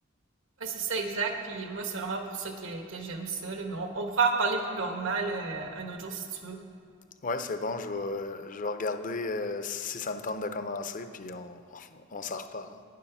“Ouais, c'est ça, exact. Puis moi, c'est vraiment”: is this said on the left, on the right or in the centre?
Right